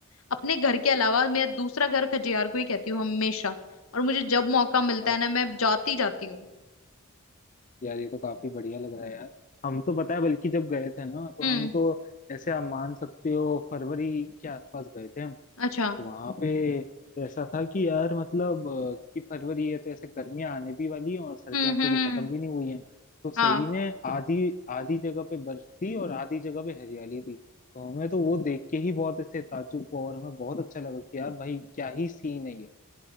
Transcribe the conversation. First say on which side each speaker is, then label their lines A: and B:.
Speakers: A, on the left; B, on the left.
A: अपने घर के अलावा मेरा दूसरा घर खजियार को ही कहती हूँ हमेशा और मुझे जब मौका मिलता
B: वाह
A: है ना मैं जाती जाती हूँ
B: यार ये तो काफी बढ़िया लग रहा है यार हम तो पता है बल्कि जब गए थे ना तो
A: हम्म
B: हम तो ऐसे आप मान सकते हो फरवरी के आसपास गए थे हम
A: अच्छा
B: वहां पे तो ऐसा था कि यार मतलब अ, कि फरवरी है तो ऐसे गर्मियां आने भी वाली हैं और सर्दियां
A: हम्म
B: पूरी
A: हम्म हम्म
B: खत्म भी नहीं हुई हैं तो सही
A: हाँ
B: में आधी आधी जगह पे बर्फ थी और आधी जगह पे हरियाली थी तो हमें तो वो देख के ही बहुत ऐसे ताज्जुब हुआ और हमें बहुत अच्छा लगा कि यार भाई क्या ही सीन है ये